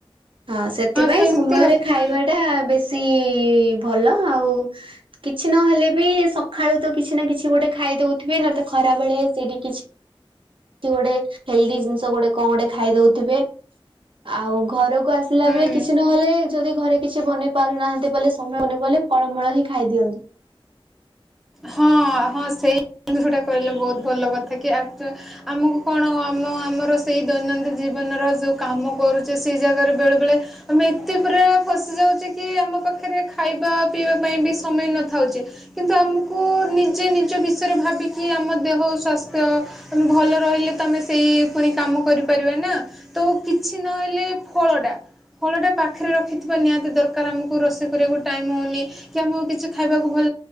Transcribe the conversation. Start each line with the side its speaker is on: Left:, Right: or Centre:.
Right: ହଁ ସେଥିପାଇଁ
Centre: ସେମିତି
Right: ସମୟରେ
Centre: ଆଉ
Right: ଖାଇବା
Centre: ହୁଁ
Right: ଟା ବେଶୀ ସି ଭଲ ଆଉ କିଛି ନହେଲେ ବି ସଖାଳୁ, ତ କିଛି ନା କିଛି ଗୋଟେ ଖାଇ ଖାଇଦଉଥିବେ, ନା ତ ଖରାବେଳେ ସେଇଟି କିଛି କି ଗୋଟେ ହେଲ୍ଦି ଜିନିଷ ଗୋଟେ, କଣ ଗୋଟେ ଖାଇ ଦୋଉଥିବେ। ଆଉ, ଘରକୁ ଆସିଲା
Centre: ହୁଁ
Right: ବେଳେ କିଛି ନହେଲେ ଯଦି ଘରେ କିଛି ବନେଇ ପାରୁନାହାନ୍ତି ବୋଲେ ସମୟ ହେଉନି ବୋଲେ ଫଳମୂଳ ହିଁ ଖାଇ ଦିଅନ୍ତି।
Centre: ହଁ, ହଁ ସେଇ ଦିନସଟା କହିଲ ବହୁତ୍ ଭଲ କଥା କି ଆ ଆମକୁ କଣ? ମୁଁ ଆମର ସେଇ ଦୈନଦି ଜୀବନର ଯୋଉ କାମ କରୁଛେ। ସେଇ ଜାଗାରେ ବେଳେ ବେଳେ ଆମେ ଏତେ ପୁରା ଫସି ଯାଉଛି କି ଆମ ପାଖରେ ଖାଇବା ପିଇବା ପାଇଁ ବି ସମୟ ନଥାଉଛି। କିନ୍ତୁ ଆମ କୁ, ନିଜେ ନିଜ ବିଷୟରେ ଭାବିକି ଆମ ଦେହ ସ୍ୱାସ୍ଥ୍ୟ, ଆମେ ଭଲ ରହିଲେ ତ ଆମେ ସେଇ ପୁଣି କାମ କରିପାରିବା ନା, ତ କିଛି ନହେଲେ ଫଳ ଟା ଫଳ ଟା ପାଖରେ ରଖିଥିବା ନିହାତି ଦରକାର। ଆମକୁ ରୋଷେଇ କରିବାକୁ ଟାଇମ୍ ହଉନି କି ଆମକୁ କିଛି ଖାଇବାକୁ ଭଲ <unintelligible> ତ